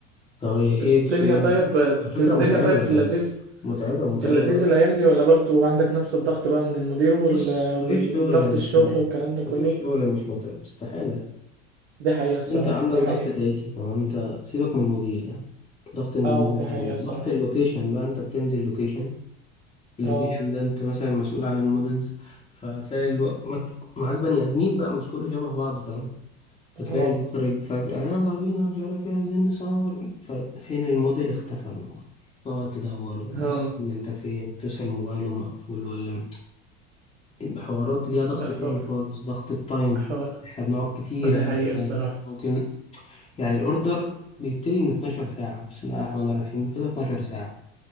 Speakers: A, on the left (about 20°); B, on the right (about 80°).
A: فهي
B: الدنيا
A: هي دي شغلانة
B: طيب
A: ف- على فكرة
B: الدنيا
A: متعبة
B: طيب في اللذيذ
A: متعبة متعبة
B: في اللذيذ
A: برضه
B: الايام دي ولا برضو عندك نفس الضغط بقى من المدير وال...
A: بص
B: والضغط
A: مفيش شغل
B: الشغل
A: مش متعب
B: والكلام ده كله
A: مفيش شغل مش متعب استحالة
B: دي حقيقة الصراحة
A: انت عندك
B: دي
A: ضغط
B: حقيقة
A: تاني ما هو انت سيبك من المدير يعني ضغط المدير
B: اه
A: ده
B: دي حقيقة
A: تمام
B: الصراحة
A: ضغط اللوكيشن بقى انت بتنزل لوكيشن اللوكيشن
B: اه
A: ده انت مثلا مسؤول عن المودلز فتلاقي الو... مت... معاك بني ادمين بقى مش كله شبه بعضه فاهم هتلاقي
B: اه
A: المخرج فجأة يلا بينا مش عارف ايه عايزين نصور ففين الموديل اختفى الموديل تقعد تدور بقى
B: اه
A: يعني انت فين تسأل موبايله مقفول ولا حوارات ليها ضغط
B: ده
A: تاني
B: حوار
A: خالص ضغط التايم
B: حوار
A: احنا بنقعد كتير
B: ده
A: قوي
B: حقيقي الصراحة
A: هناك ممكن يعني الاوردر بيبتدي من 12 ساعة بسم الله الرحمن الرحيم كده 12 ساعة